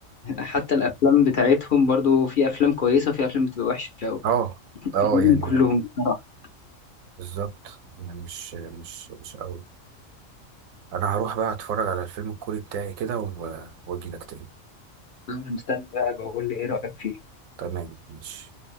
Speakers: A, on the left; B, on the right.
A: حتى الافلام بتاعتهم برضو في افلام كويسة وفي افلام بتبقى وحشة قوي
B: اه اه
A: الاتنين
B: يعني
A: كلهم بصراحة
B: بالظبط يعني مش مش مش قوي انا هروح بقى اتفرج على الفيلم الكوري بتاعي كده و- واجي لك تاني
A: أنا مستني بقى بقول لي إيه رأيك فيه
B: تمام ماشي